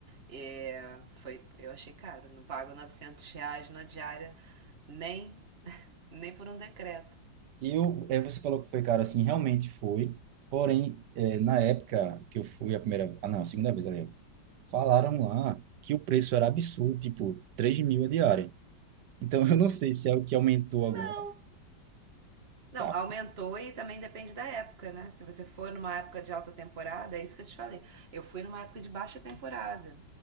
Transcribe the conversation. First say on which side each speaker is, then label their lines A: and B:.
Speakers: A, on the right; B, on the right.
A: É, foi, eu achei caro. Não pago 900 reais na diária nem, <laughs> nem por um decreto.
B: Eu, é, você falou que foi caro assim, realmente foi. Porém, é, na época que eu fui a primeira, ah não, a segunda vez, aliás, falaram lá que o preço era absurdo, tipo, 3 mil a diária. Então, <laughs> eu não sei se é o que aumentou
A: Não,
B: agora.
A: Não,
B: Cara,
A: aumentou e também depende da época, né? Se você for numa época de alta temporada, é isso que eu te falei. Eu fui numa época de baixa temporada.